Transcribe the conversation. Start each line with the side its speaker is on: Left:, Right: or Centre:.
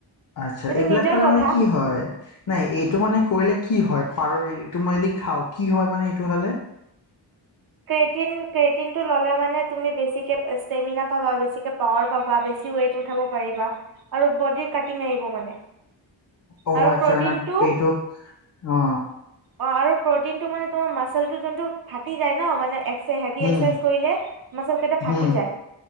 Left: আচ্ছা
Right: সেইটো
Left: এইবিলাক
Right: নিজৰ
Left: খালে
Right: কথা
Left: মানে কি হয় নাই এইটো মান কৰিলে কি হয় পাৰৰ এইটো মই যদি খাওঁ কি হয় মানে এইটো খালে
Right: কেৰেতিন, কেৰেতিনটো ললে মানে তুমি বেছিকে ইচতাৰমিনা পবা, বেছিকে পাৱাৰ পাবা, বেছি ওৱেট উঠাব পাৰিবা আৰু বডিৰ কাৰটিঙ আহিব মানে
Left: অ
Right: আৰু
Left: আচ্ছা
Right: প্ৰটিনটো
Left: মানে এইটো অ।
Right: অ আৰু প্ৰটিনটো মানে তোমাৰ মা চলটো জোনটো ফাটি যায় ন মানে হেবি
Left: উম,
Right: একচাইছ কৰিলে মাচ কেইটা ফাটি
Left: হুম,
Right: যায়